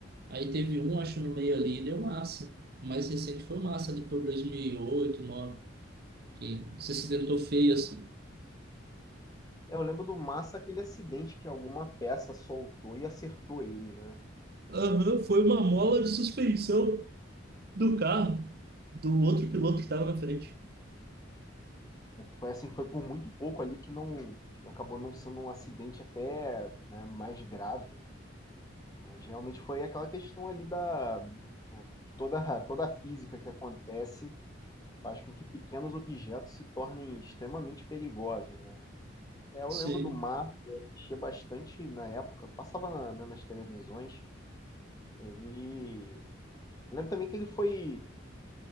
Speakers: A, on the right; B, on the left.
A: aí teve um, acho, no meio ali, e deu Massa. O mais recente foi o Massa, ali por 2008, nove que se acidentou feio assim.
B: É, Eu lembro do Massa aquele acidente que alguma peça soltou e acertou ele, né?
A: Aham, foi uma mola de suspensão do carro do outro piloto que estava na frente.
B: Foi assim, foi por muito pouco ali que não acabou não sendo um acidente até né, mais grave. Mas realmente foi aquela questão ali da né, toda, toda a física que acontece faz com que pequenos objetos se tornem extremamente perigosos, né? É, eu
A: Sim,
B: lembro do Massa, eu assistia bastante na época, passava na- na- nas televisões, ele... Eu lembro também que ele foi